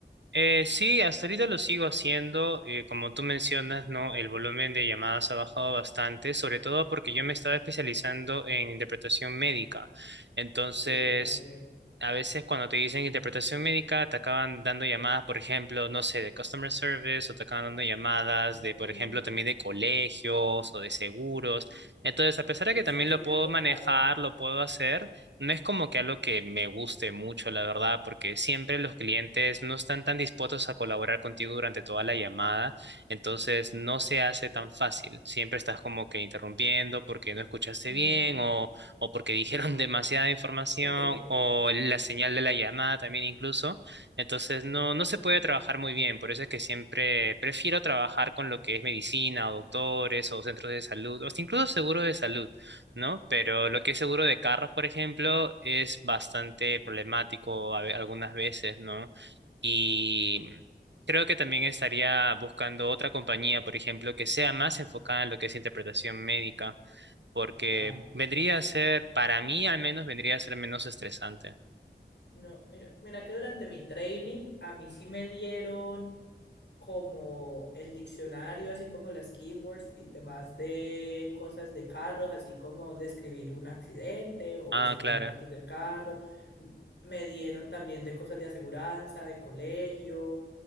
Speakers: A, on the right; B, on the left.
A: Eh, sí, hasta ahorita lo sigo haciendo. eh, como tú mencionas, ¿no? El volumen de llamadas ha bajado bastante, sobre todo
B: Mm.
A: porque yo me estaba especializando en interpretación médica. Entonces,
B: Sí, yo también.
A: a veces cuando te dicen interpretación médica, te acaban dando llamadas, por ejemplo, no sé, de customer service o te acaban dando llamadas
B: Oh,
A: de, por ejemplo, también de colegios o de seguros. Entonces, a pesar
B: sí,
A: de que
B: sí,
A: también
B: sí,
A: lo
B: me
A: puedo
B: ha tocado.
A: manejar, lo puedo hacer. No es como que algo que me guste mucho, la verdad, porque siempre los clientes no están tan dispuestos a colaborar contigo durante toda la llamada, entonces no se hace tan fácil. Siempre estás como que interrumpiendo porque no escuchaste
B: Mm,
A: bien o, o porque dijeron <laughs> demasiada información
B: <laughs> jejeje,
A: o la señal de la llamada también incluso. Entonces no, no se puede trabajar muy bien, por eso es que siempre prefiero trabajar con lo que es medicina o doctores o centros de salud o hasta incluso seguros de salud ¿no? Pero lo que es seguro de carros, por ejemplo, es bastante problemático a ve- algunas veces, ¿no? Y creo que también estaría buscando otra compañía, por ejemplo, que sea más enfocada en lo que es interpretación médica, porque
B: ya.
A: vendría a ser, para mí al menos, vendría a ser menos estresante.
B: No, mira, mira que durante mi training a mí sí me dieron como el diccionario, así como las keywords y temas de cosas de carros, así como describir un accidente o
A: Ah,
B: describir
A: claro,
B: partes del carro. M- Me dieron también de cosas de aseguranza, de colegio.